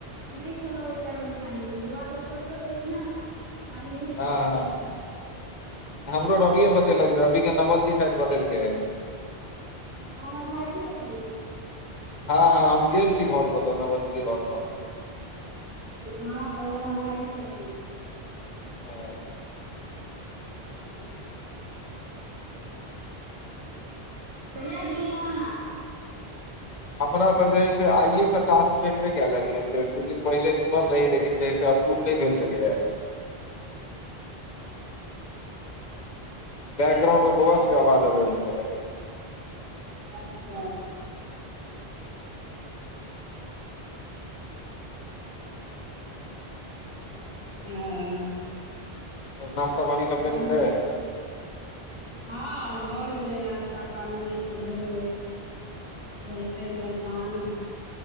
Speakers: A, on the right; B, on the left.
A: नै छलहुँ ओहि टाइम मे खाली मे बौआ सब छोट छोट अछि ने तऽ खाली नै
B: हॅं हँ हमरो रवि बतेलक रवि के नवल जी शायद बतेलकै
A: ओ हमर भाईजी छथिन
B: हँ हँ हम गेल छी घर पर तो नवल जी के घर पर
A: हँ त ओ हमर भाईजी छथिन
B: हँ
A: <inaudible> कहिआा जुड़लहुँ अहाँ
B: हमरा त जही आइे से टास्क भेटबे कयलक जे ह से दू दिन पहिले जुड़ल रही लेकिन जे है से अप्रूव नै भेल छलै हा बैकग्राउंड मे बौआ सबके अवाज अबैय बुझैय
A: अच्छा <inaudible> हँ
B: नश्ता पानी सब
A: तहन
B: बैन गेलै
A: हँ भऽ गेलै नश्ता पानी तऽ भेलै जलखै जलपान